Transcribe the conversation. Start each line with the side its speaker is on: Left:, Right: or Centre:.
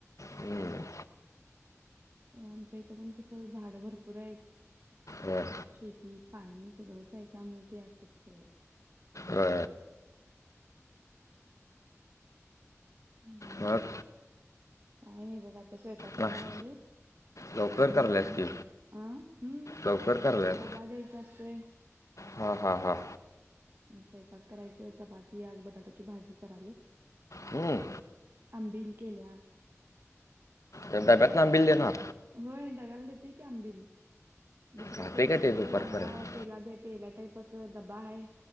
Left: हम्म
Right: आमच्या इथं पण कसं झाड भरपूर आहेत
Left: हं.
Right: शेतीत पाणी सगळंच हाय त्यामूळे ते असत सगळं,
Left: हा
Right: हम्म
Left: मग
Right: काय नाही बघ आता स्वयंपाक
Left: नाश
Right: कराय लागलोय. चपाती
Left: लवकर करल्यास
Right: झाले अ
Left: की
Right: हम्म
Left: लवकर करल्यास
Right: डबा द्यायचा असतोय.
Left: हां हां हां
Right: म स्वयंपाक करायचं चपाती आज बटाट्याची भाजी करायले.
Left: हम्म
Right: आंबील केल्या.
Left: डब्यातन आंबील देणार.
Right: होय डब्याला देतोय की आंबिल दुसरा
Left: राहते
Right: सेपरेट
Left: का ते
Right: अस
Left: दुपारपर्यंत
Right: लांबडा पेला दे पेला टाईप असं ड्बा आहे.